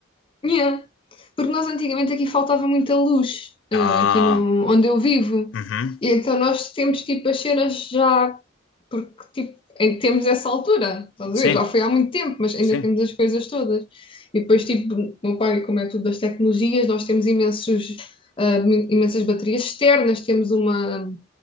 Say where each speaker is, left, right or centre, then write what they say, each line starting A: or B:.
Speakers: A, on the left (about 25°); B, on the left (about 80°).
A: Yeah. Porque nós antigamente aqui faltava muita luz, eh,
B: Ah,
A: aqui no, onde eu vivo.
B: uhum.
A: E então nós temos tipo as cenas já. porque tipo, ainda temos essa altura, estás a
B: Sim,
A: ver? Já foi há muito tempo, mas ainda
B: sim.
A: temos as coisas todas. E depois, tipo, o meu pai, como é tudo das tecnologias, nós temos imensos, ah, mi- imensas baterias externas, temos uma,